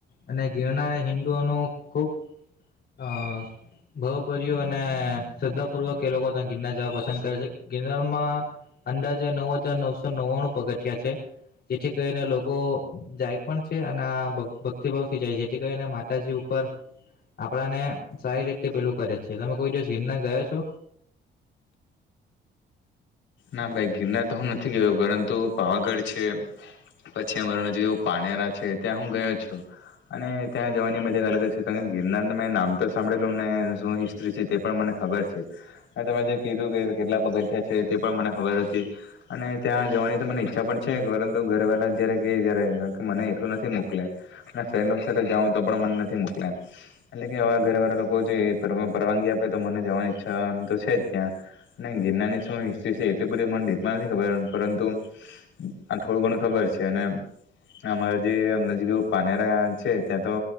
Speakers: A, on the left; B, on the left.
A: અને ગિરના એ હિન્દુઓનું ખૂબ અ ભાવભર્યું અને શ્રદ્ધાપૂર્વક એ લોકો ત્યાં ગિરનાર જવા પસંદ કરે છે ગિરનારમાં અંદાજે નવ હજાર નવસો નવ્વાણું પગથિયા છે. જેઠી કરીને લોકો જાય પણ છે અને આ ભક્તિભાવથી જાય છે જેઠી કરીને માતાજી ઉપર આપણાને સારી રીતે પેલું કરે છે, તમે કોઈ દિવસ ગિરનાર ગયા છો?
B: ના ભાઈ ગિરનાર તો હું નથી ગયો, પરંતુ પાવાગઢ છે પછી અમારા નજીક એવું પારનેરા છે, ત્યાં હું ગયો છું. અને ત્યાં જવાની મજા અલગ જ છે કારણ ગિરનારનુ મેં નામ તો સાંભળેલું ને શું હિસ્ટ્રી છે તે પણ મને ખબર છે અને તમે જે કીધું કે કેટલા પગથિયા છે એ પણ મને ખબર હતી અને ત્યાં જવાની તો મને ઈચ્છા પણ છે પરંતુ ઘરે વેલા જયારે કે જ્યારે મને એકલું નથી મોકલે ને ફ્રેન્ડ લોક સાથે જાઉ તો પણ મન નથી મોકલે એટલે કે અવે ઘરે વારા લોકો જોઈએ પર પરવાનગી આપે તો મને જવાની ઈચ્છા આમ તો છે જ ત્યાં ને ગિરનારની શું હિ સ્ટ્રી છે એટલી બધી મન દીપમાં નથી ખબર પરંતુ આ થોડું ઘણું ખબર છે અને ને અમારે જે અમ નજીક એવુ પારનેરા છે ત્યાં તો